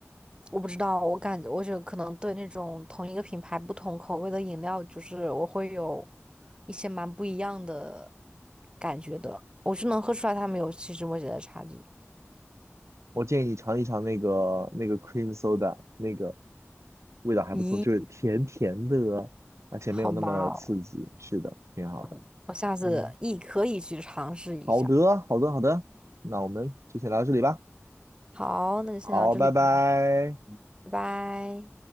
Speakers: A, on the right; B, on the right.
A: 我不知道，我感觉我觉得可能对那种同一个品牌不同口味的饮料，就是我会有一些蛮不一样的感觉的。我是能喝出来他们有细枝末节的差距。
B: 我建议你尝一尝那个那个 cream soda，那个味道还不错，
A: 咦，
B: 就是甜甜的，而且没有那么刺激。
A: 好吧哦
B: 是的，挺好的。
A: 嗯我下次也可以去尝试一下。
B: 嗯，好的，好的，好的。那我们就先聊到这里吧。
A: 好，那就先聊这里吧，
B: 好，拜拜。
A: 拜拜。